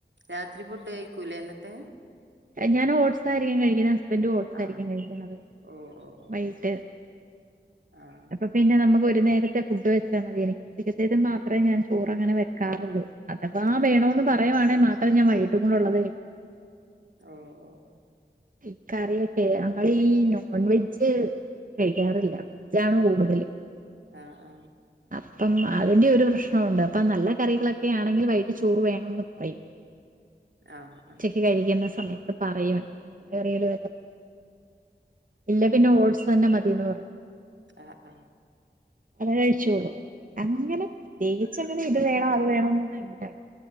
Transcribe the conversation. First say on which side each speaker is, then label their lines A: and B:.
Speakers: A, on the right; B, on the right.
A: രാത്രി ഫുഡ് കഴിക്കൂലേ എന്നി ത്തെ
B: യെങ്ങാനും ഓട്സായിരിക്കും കഴിക്കുന്നത് ഹസ്ബന്റ് ഓഡ്സ്
A: ആഹ്
B: ആയിരിക്കും കഴിക്കണത്
A: ഓ ഓ ഓ
B: വൈകിട്ട്
A: ആഹ്
B: അപ്പൊ പിന്നെ നമുക്ക് ഒരു നേരത്തെ ഫുഡ് വെച്ചാൽ മതി എനിക്ക് ഉച്ചക്കത്തേത് മാത്രമേ ഞാൻ ചോറ് അങ്ങനെ വെക്കാറുള്ളൂ അഥവാ
A: അത്
B: വേണോന്ന് പറയനങ്ങിൽ മാ മാത്രം ഞാൻ വെയ്കീട്ടുള്ളത് എനിക്ക്
A: ഓ ഓ ഓ
B: ഈ കറിയൊക്കെ നങ്ങളി ഈ നോൺ വെജ് കഴിക്കാറില്ല വെജണ് കൂടുതല്
A: ആ ആ
B: അപ്പം അതിന്റെ ഒരു പ്രശ്നംണ്ട് അപ്പ നല്ല കറികളൊക്കെ ആണെങ്കിൽ വൈകട്ടി ചോറ് വേണന്ന് പറയും
A: ആഹ്
B: ഉച്ചക്ക്
A: ആഹ്
B: കഴിക്കുന്ന സമയം അപ്പ പറയയും <unintelligible> ഇല്ല പിന്നെ ഓഡ്സ് തന്നെ മതി <unintelligible>
A: ആ ആ
B: അതെ കഴിച്ചോളൂ അങ്ങനെ പ്രത്യേകിച്ച് അങ്ങനെ ഇത് വേണോ അത് വേണോന്നൊന്നും ഇല്ല